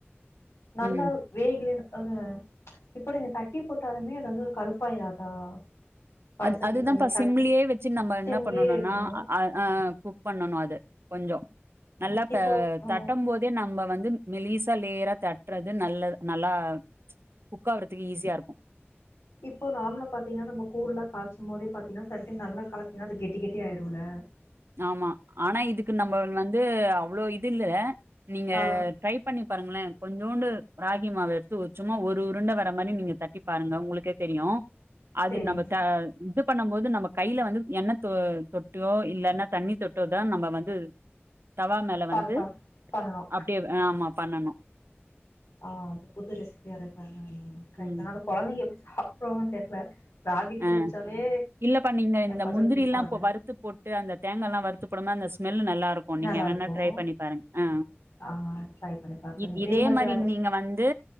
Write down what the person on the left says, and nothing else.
நல்ல
வேகல ஆனா இப்ப நீங்க தட்டி போட்டாலுமே அது வந்து கருப்பாயிராதா படசட்டி
அந்த
தட்டில்
சிம்லேயே
வைக்கணும்
இப்போ
ஆ
இப்போ நாமலா பாத்தீங்கன்னா நம்ம கூழ்லா காச்சும் போதே பாத்தீன்னா செல டைம் நல்ல கலக்கனா அது கெட்டி கெட்டி ஆய்டுல
ஆ
சேரிங்க
பண்
பண்
பண்ணணு
ஆ அது புது ரெசிபியா இருக்கேன் நான் ட்ரை
பண்ணேன் ஆனா குழந்தைங்க எப்டி சாப்பிடுவாங்கன்னு தெர்ல ராகி கூழ்
வச்சாலே
எப்பத்தான்
குடிப்பாங்க
நல்லா
இருக்கு
ஆ ட்ரை பண்ணி பாக்குறங்க
மாதிரி
வேற ஏதாச்சு